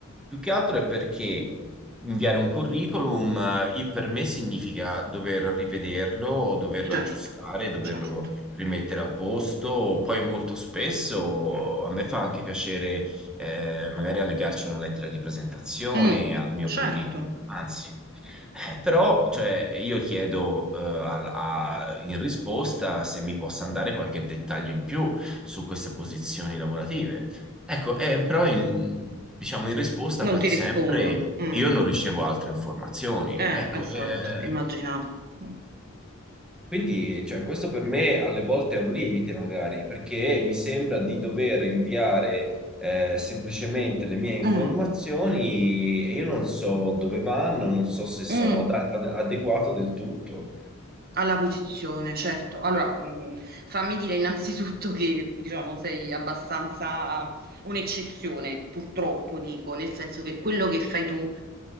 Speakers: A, in the centre; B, on the right.
A: più che altro è perché inviare un curriculum eh, io- per me significa dover rivederlo, o doverlo
B: Certo,
A: aggiustare, doverlo
B: certo.
A: rimettere a posto, poi molto Mm. spesso a me fa anche piacere eh, magari allegarci una lettera di presentazione
B: Mm,
A: al mio
B: certo,
A: curriculum, anzi. Eh, però cioè, io chiedo eh, al- a- in risposta se mi possa andare qualche dettaglio in più su queste posizioni lavorative. Ecco, eh, però in, diciamo in risposta
B: non
A: quasi
B: ti
A: sempre
B: rispondono. Mm.
A: io non ricevo altre informazioni.
B: Eh,
A: Ecco,
B: esatto,
A: eh,
B: immaginavo. Mm,
A: quindi, cioè, questo per me alle volte è un limite, magari, perché mi sembra di dover inviare eh, semplicemente le mie informazioni
B: mm.
A: e io non so dove vanno, non so se sono
B: Mm.
A: ad- ad- adeguato del tutto.
B: Alla posizione, certo. Allora, mh, fammi dire innanzitutto che, diciamo, sei abbastanza un'eccezione, purtroppo dico, nel senso che quello che fai tu